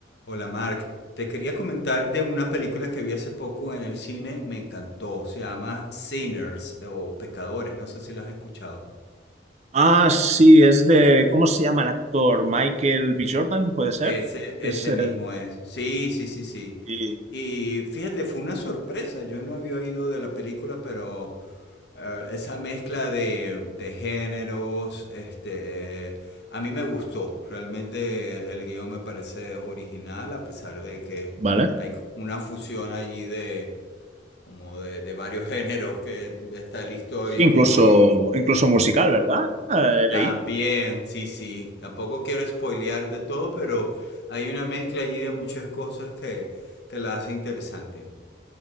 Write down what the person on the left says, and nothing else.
Hola Mark, te quería comentar de una película que vi hace poco en el cine, me encantó, se llama Sinners o Pecadores, no sé si la has escuchado.
Ese, ese
mismo es, sí, sí, sí, sí.
Y fíjate, fue una sorpresa, yo no había oído de la película, pero eh, esa mezcla de, de géneros, este, a mí me gustó, realmente el guión me parece original, a pesar de que
hay una fusión allí de como de, de varios <laughs> géneros, que está el histórico
y
también,
sí, sí, tampoco quiero spoilearte todo, pero hay una mezcla allí de muchas cosas que, que la hace interesante.